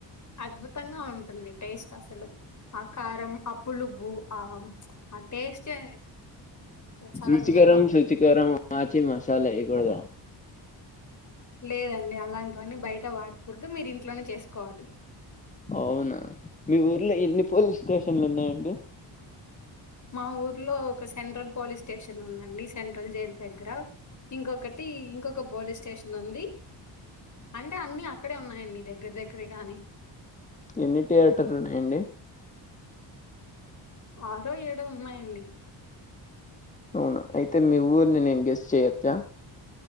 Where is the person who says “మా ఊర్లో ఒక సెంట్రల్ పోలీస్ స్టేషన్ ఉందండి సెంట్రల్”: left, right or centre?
Left